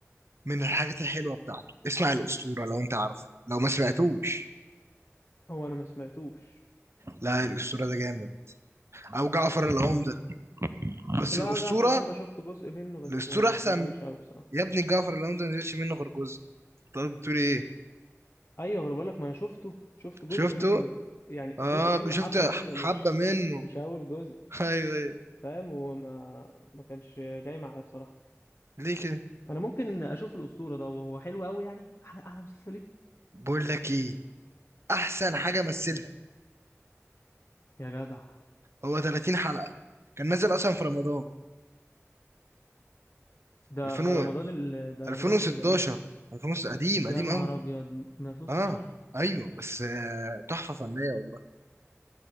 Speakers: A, on the right; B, on the left.
A: من الحاجات الحلوة بتاعته اسمع الأسطورة لو انت عارفه لو ما سمعتوش
B: هو انا ما سمعتوش
A: لا الأسطورة ده جامد او جعفر العمدة بس
B: لا
A: الأسطورة
B: جعفر العمدة شفت جزء منه بس
A: الأسطورة
B: ما
A: احسن
B: عجبنيش قوي بصراحه
A: يا ابني جعفر العمدة ما نزلش منه غير جزء طب بتقول ايه
B: ايوه ما انا بقول لك ما انا شفته شفت جزء
A: شفته
B: منه يعني
A: اه
B: جزء منه حبه
A: شفت
B: منه مش
A: حبة منه
B: <laughs> مش اول جزء
A: <laughs> ايوه ايوه
B: فاهم وما ما كانش جاي معايا بصراحه
A: ليه كده
B: انا ممكن اشوف الاسطوره ده وهو حلو قوي يعني احلى احلى مسلسل ليه
A: بقول لك ايه احسن حاجه مثلها
B: يا جدع
A: هو 30 حلقه كان نازل اصلا في رمضان
B: ده
A: 2000 و-
B: رمضان ال... ده رمضان
A: 2016
B: ايه ده امتى ده
A: 2000 قديم
B: يا
A: قديم
B: نهار
A: قوي
B: ابيض ما في 16
A: اه ايوه بس آه، تحفه فنيه والله